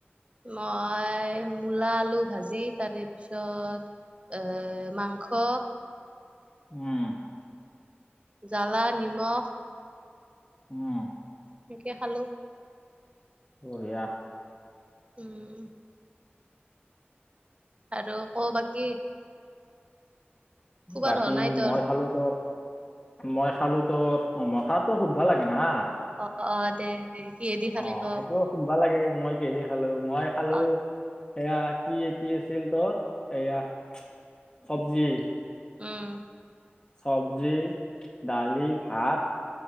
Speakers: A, on the right; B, on the left.
A: মই মূলা আলু ভাজি, তাৰে পিছত এ, মাংস,
B: উম।
A: জ্বালা নিমখ,
B: উম।
A: সেংকে খালো।
B: বঢ়িয়া।
A: উম। আৰু ক' বাকী। শুবাৰ
B: বাকী
A: হোৱা নাই তোৰ
B: মই খালো তোৰ মই খালো তোৰ, অ-মই খাতোও শুধবা ভাল লাগে না।
A: অ, অ, দে, দে। কিহেদি খালি
B: অ,
A: ক
B: সেইটোও সুধবা লাগে মই কিহেদি খালো, মই খালো
A: অ
B: এইয়া কি, কি আছিল তোৰ, এইয়া চবজি।
A: উম।
B: চবজি, দালি, ভাত।